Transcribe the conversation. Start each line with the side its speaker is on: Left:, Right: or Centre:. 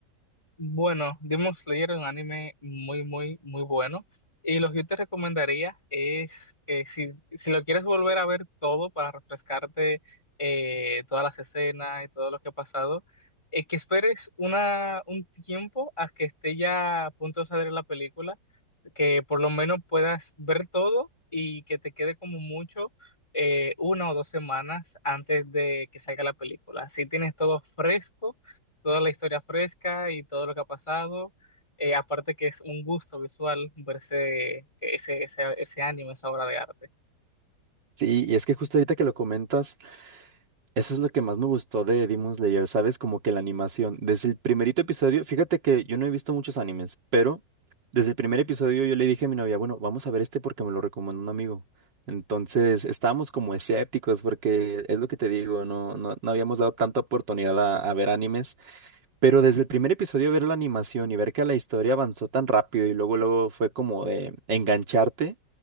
Left: Bueno, Demon Slayer es un anime muy, muy, muy bueno. Y lo que yo te recomendaría es que si, si lo quieres volver a ver todo para refrescarte eh, todas las escenas y todo lo que ha pasado, eh, que esperes una, un tiempo a que esté ya a punto de salir la película, que por lo menos puedas ver todo y que te quede como mucho eh, una o dos semanas antes de que salga la película. Así tienes todo fresco toda la historia fresca y todo lo que ha pasado. Eh, aparte que es un gusto visual verse ese, ese, ese anime, esa obra de arte.
Right: Sí, y es que justo ahorita que lo comentas. Eso es lo que más me gustó de Demon Slayer, ¿sabes? Como que la animación. Desde el primerito episodio, fíjate que yo no he visto muchos animes, pero desde el primer episodio yo le dije a mi novia, bueno, vamos a ver este porque me lo recomendó un amigo. Entonces estábamos como escépticos porque es lo que te digo, no, no, no habíamos dado tanta oportunidad a, a ver animes pero desde el primer episodio ver la animación y ver que la historia avanzó tan rápido y luego luego fue como de engancharte,